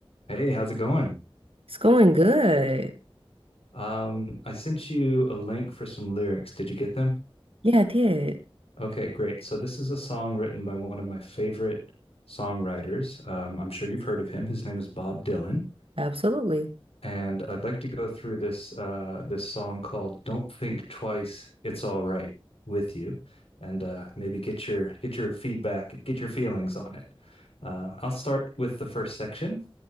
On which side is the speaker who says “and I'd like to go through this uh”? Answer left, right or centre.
Left